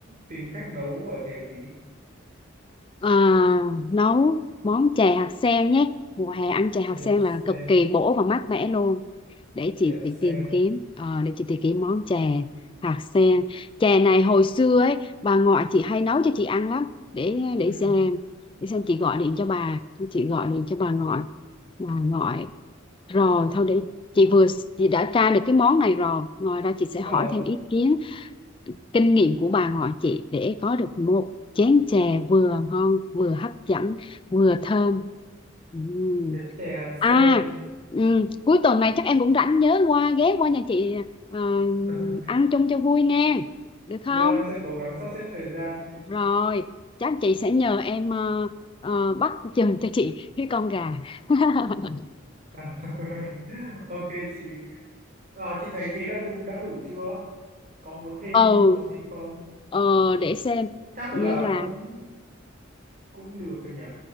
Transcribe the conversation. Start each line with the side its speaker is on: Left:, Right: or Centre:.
Right: tìm cách nấu ở chè gì?
Left: À, nấu món chè hạt sen nhé. Mùa hè ăn chè hạt
Right: Chè
Left: sen
Right: sen,
Left: là cực kỳ bổ và mát mẻ luôn. Để chị,
Right: chè hạt
Left: tì-
Right: sen.
Left: tìm kiếm, ờ, để chị tìm kiếm món chè hạt sen. Chè này hồi xưa ấy, bà ngoại chị hay nấu cho chị ăn lắm. Để để
Right: Ừm,
Left: xem, để xem chị gọi điện cho bà, chị gọi điện cho bà ngoại bà ngoại Rồi, thôi để chị vừa chị đã tra được cái món này rồi. Ngoài ra chị sẽ
Right: Ờ,
Left: hỏi thêm ý kiến, kinh nghiệm của bà ngoại chị để có được một chén chè vừa ngon, vừa hấp dẫn, vừa thơm. Ừm.
Right: cái chè hạt sen.
Left: À, ừm, cuối tuần này chắc em cũng rảnh nhớ qua ghé qua nhà chị ờ,
Right: <laughs>
Left: ăn chung cho vui nghe. Được không?
Right: Vâng, em sẽ cố gắng sắp xếp thời gian.
Left: Rồi, chắc chị sẽ nhờ em ờ, ờ, bắt chừng cho chị cái con gà. <laughs>
Right: À, <laughs> ok chị Ờ, chị thấy thế là đủ đã đủ chưa có muốn thêm
Left: ừ
Right: món gì không
Left: ờ, để xem
Right: chắc
Left: như
Right: là
Left: là
Right: cũng cũng được rồi nhỉ